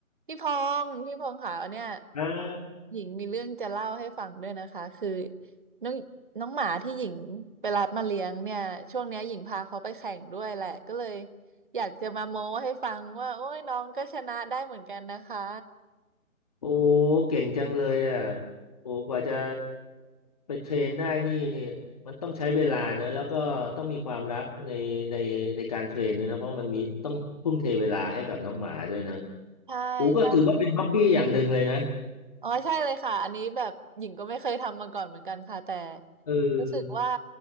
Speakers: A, on the right; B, on the left.
A: พี่พงษ์พี่พงษ์ค่ะเนี่ย
B: ครับ
A: หญิงมีเรื่องจะเล่าให้ฟังด้วยนะคะคือน้องน้องหมาที่หญิงไปรับมาเลี้ยงเนี่ยช่วงเนี้ยหญิงพาเขาไปแข่งด้วยแหละก็เลยอยากจะมาโม้ให้ฟังว่าโอ้ยน้องก็ชนะได้เหมือนกันนะคะ
B: โอ้เก่งจังเลยอ่ะโอ้กว่าจะไปเทรนได้นี่มันต้องใช้เวลานะแล้วก็ต้องมีความรักในในในการเทรนด้วยนะเพราะมันมีต้องทุ่มเทเวลาให้กับน้องหมาด้วยนะ
A: ใช่ใช่
B: โอ้ก็ถือว่าเป็นฮ็อบบี้อย่างหนึ่งเลยนะ
A: อ๋อใช่เลยค่ะอันนี้แบบหญิงก็ไม่เคยทำมาก่อนเหมือนกันค่ะแต่
B: เอ
A: รู้สึกว่า
B: อ